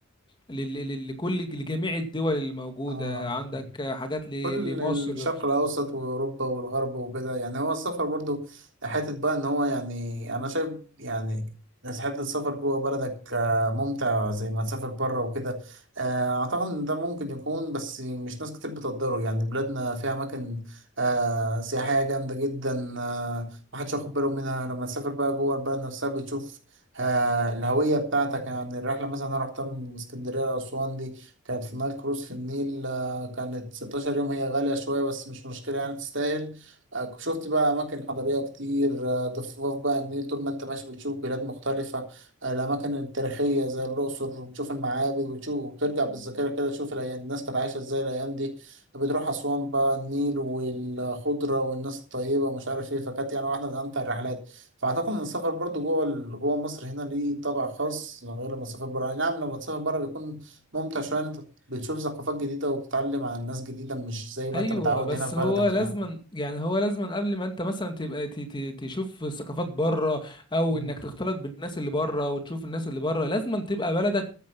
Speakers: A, on the left; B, on the right.
A: لل... لل- لكل لجميع الدول اللي موجودة
B: اه
A: عندك حاجات ل...
B: كل
A: لمصر
B: الشرق الأوسط وأوروبا والغرب وكده يعني هو السفر برضو حتة بقى إن هو يعني أنا شايف يعني بس حتة السفر جوه بلدك آه، ممتع زي ما تسافر بره وكده آه، أعتقد إن ده ممكن يكون بس مش ناس كتير بتقدره يعني بلادنا فيها أماكن آه، سياحية جامدة جدا آه، محدش واخد باله منها لما تسافر بقى جوه البلد نفسها بتشوف آه، الهوية بتاعتك يعني الرحلة مثلا أنا رحتها من اسكندرية لأسوان دي كانت في نايل كروز في النيل آه، كانت 16 يوم هي غالية شوية بس مش مشكلة يعني تستاهل آه، شفت بقى أماكن حضارية كتير آه، ضفاف بقى النيل طول ما أنت ماشي بتشوف بلاد مختلفة آه، الأماكن التاريخية زي الأقصر بتشوف المعابد وتشوف وترجع بالذاكرة كده تشوف الأيام- الناس كانت عايشة إزاي الأيام دي بتروح أسوان بقى النيل والخضرة والناس الطيبة ومش عارف إيه فكانت يعني واحدة من أمتع الرحلات فأعتقد إن السفر برضو جوه ال- جوه مصر هنا ليه طابع خاص غير لما تسافر بره يعني نعم لما تسافر بره بيكون ممتع شوية إن أنت بتشوف ثقافات جديدة وبتتعلم عن ناس جديدة مش زي ما
A: ايوه
B: انت متعود
A: بس
B: هنا في بلدك
A: هو لازما
B: يعني
A: يعني هو لازما قبل ما انت مثلا تبقى ت... ت... تشوف ثقافات بره او
B: مم.
A: انك تختلط بالناس اللي بره وتشوف الناس اللي بره لازما تبقى بلدك